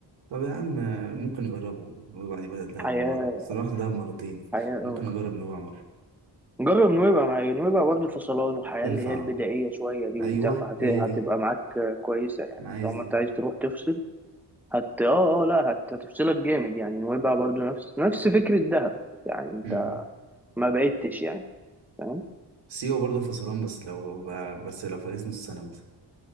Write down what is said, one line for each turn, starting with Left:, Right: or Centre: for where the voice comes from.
Right: طب يا عم ممكن نجربه نويبع دي بدل دهب
Centre: حياة
Right: المرة دي أصل أنا رحت دهب مرتين
Centre: حياة
Right: ممكن
Centre: اه
Right: أجرب نويبع مرة
Centre: جرب نويبع مع نويبع برضه فصلان وحياة
Right: تنفع
Centre: اللي هي البدائية شوية دي
Right: أيوه
Centre: وبتاع فهتبقى
Right: هي دي
Centre: معاك كويسة يعني
Right: أنا عايز
Centre: طالما
Right: دي
Centre: انت عايز تروح تفصل هت اه اه لا هت... هتفصلك جامد يعني نويبع برضه نفس نفس فكرة دهب يعني انت
Right: مم.
Centre: ما بعدتش يعني فاهم
Right: سيوة برضه فصلان بس لو بس لو فاكس نص سنة مثلا